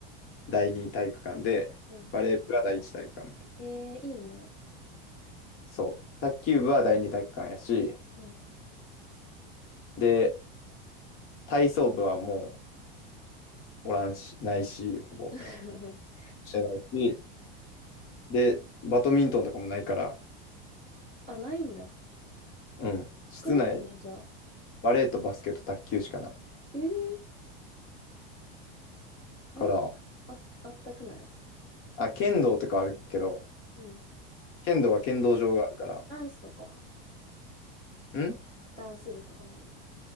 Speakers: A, on the left (about 45°); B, on the left (about 15°).
A: 第二体育館で、
B: うん。
A: バレー部が第一体育館みたいな。
B: ええいいね。
A: そう。卓球部は第二体育館やし、
B: うん。
A: で、体操部はもう、おらんし、ないし、ほぼ、
B: <laughs>
A: してないし、で、バドミントンとかもないから、
B: あ、ないんだ。
A: うん。
B: 少なくないじゃあ。
A: 室内、バレーとバスケと卓球しかない
B: ええもっとあ、
A: から、
B: あったくない
A: あ、剣道とかあるけど、
B: うん。
A: 剣道は剣道場があるから、
B: ダンスとかは
A: ん
B: ダンス部とかないの